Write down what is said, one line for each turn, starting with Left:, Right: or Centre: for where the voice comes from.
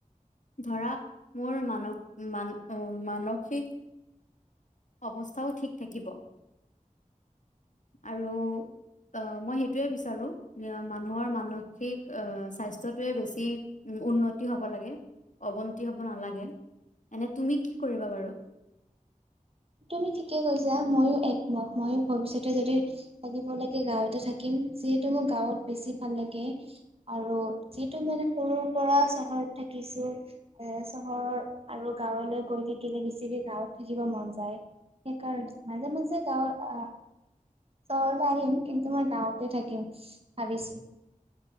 Left: ধৰা মোৰ মানস মান মানসিক অৱস্থাওঁ ঠিক থাকিব। আৰু অহ মই সেইটোৱে বিচাৰো, মানুহৰ মানসিক স্বাস্থ্যটোৱে বেছি উন্নতি হ'ব লাগে অৱনতি হ'ব নালাগে। এনে তুমি কি কৰিবা বাৰ?
Right: তুমি ঠিকে কৈছা, ময়ো একমত ময়ো ভৱিষ্যতে যদি থাকিব লাগে গাঁৱতে থাকিম। যিহেতু মোৰ গাঁৱত বেছি ভাল লাগে আৰু যিহেতু মানে সৰুৰ পৰা চহৰত থাকিছো, এ চহৰৰ পৰা গাঁৱলৈ গৈ থাকিলে বেছিক গাঁৱত থাকিব মন যায়। সেইকাৰণ, মাজে মাজে গাঁৱৰ আহ চহৰলৈ আহিম কিন্তু মই গাঁৱতে থাকিম ভাবিছো